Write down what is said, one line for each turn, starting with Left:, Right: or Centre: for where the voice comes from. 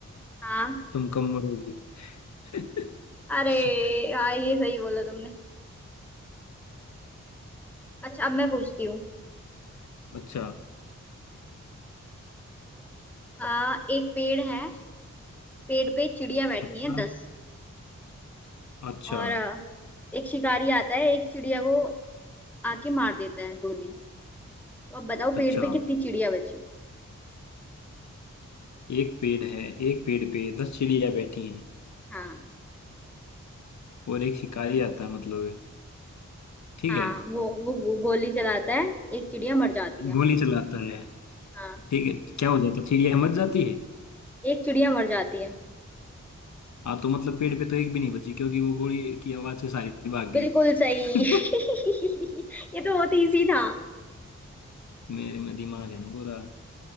Centre: हाँ
Left: तुम कम मरोगी <laughs>
Centre: अरे हाँ ये सही बोला तुमने अच्छा अब मैं पूछती हूँ
Left: अच्छा
Centre: आ, एक पेड़ है पेड़ पे चिड़िया बैठी
Left: अच्छा
Centre: है दस
Left: अच्छा
Centre: और आ, एक शिकारी आता है एक चिड़िया को आके मार देता है गोली तो अब बताओ
Left: अच्छा
Centre: पेड़ पे कितनी चिड़िया बची
Left: एक पेड़ है एक पेड़ पे दस चिड़िया बैठी हैं
Centre: हाँ
Left: और एक शिकारी आता है मतलब है। ठीक
Centre: हाँ
Left: है
Centre: वो वो वो गोली चलाता है एक चिड़िया मर जाती है
Left: गोली चलाता है
Centre: हाँ
Left: ठीक है क्या हो जाता है चिड़िया मर जाती है
Centre: एक चिड़िया मर जाती है
Left: हाँ तो मतलब पेड़ पे तो एक भी नहीं बची क्योंकि वो गोली की आवाज से सारी भाग
Centre: बिल्कुल
Left: गई
Centre: सही
Left: <laughs>
Centre: <laughs> ये तो बहुत इजी था
Left: मेरे में दिमाग है ना पूरा